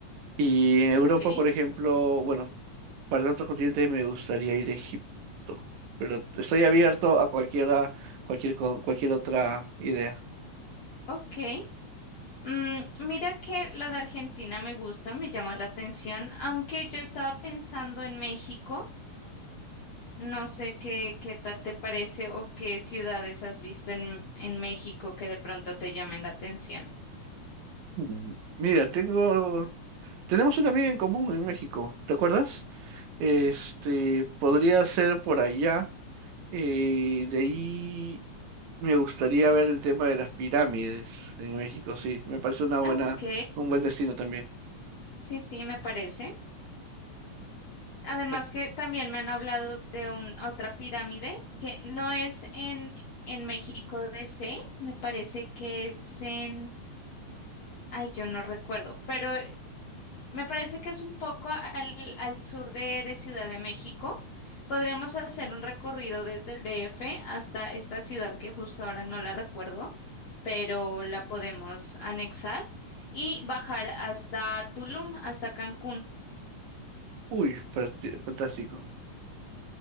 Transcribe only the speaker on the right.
Y en Europa,
por ejemplo, bueno. Para el otro continente me gustaría ir a Egipto, pero estoy abierto a cualquiera, cualquier, co- cualquier otra idea.
Mm, Mira, tengo, tenemos una amiga en común en México, ¿te acuerdas? Este, podría ser por allá. eh, de ahí me gustaría ver el tema de las pirámides en México, sí, me parece una
buena, un buen destino también.
Eh,
Uy, fanti- fantástico.